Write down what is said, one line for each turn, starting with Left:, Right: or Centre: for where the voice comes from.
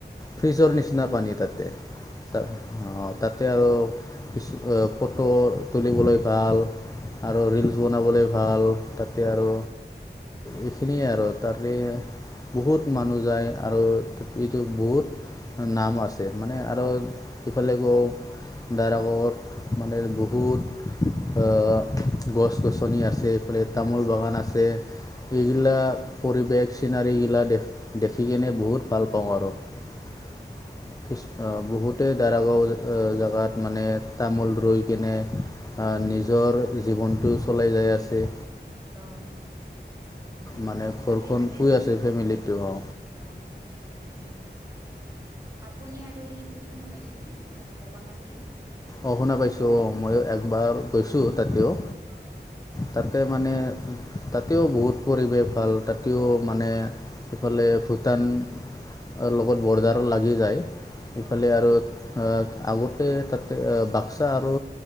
Left: ফ্ৰীজৰ নিচিনা পানী তাতে, তাত অ', তাতে আৰু কিছু ফটো তুলিবলৈ ভাল আৰু ৰীলচ বনাবলৈ ভাল। তাতে আৰু এইখিনিয়ে আৰু তাতে বহুত মানুহ যায়। আৰু এইটো বহুত নাম আছে মানে আৰু ইফালে কো দাৰাগত মানে বহুত অ', গছ-গছনি আছে। তামোল বাগান আছে, সেইবিলাক পৰিৱেশ চিনাৰীগিলা দেখ দেখিকেনে বহুত ভাল পাওঁ আৰু। অ', বহুতেই দাৰাগাঁও অ', জেগাত মানে তামোল ৰুই কেনে নিজৰ জীৱনটোও চলাই যাই আছে।
Right: <unintelligible> অ' উম, উম,
Left: মানে
Right: ভালেই
Left: ঘৰখন
Right: বহুত
Left: পুই আছে ফেমিলিটো
Right: উম। অ' উম, উম, আপুনি আৰু সেইটো শুনা পাইছো ন অহ' বগা মাটি।
Left: অ' শুনা পাইছোঁ। অ' মইয়ো একবাৰ গৈছোঁ তাতেও।
Right: অ' অ'।
Left: তাতে মানে তাতেও বহুত পৰিৱেশ ভাল তাতেও মানে
Right: অ
Left: ইফালে ভূটান লগত বৰ্ডাৰ লাগি যায়। ইফালে
Right: অ
Left: আৰু
Right: উম উম
Left: আহ আগতে তাতে বাক্সা আৰু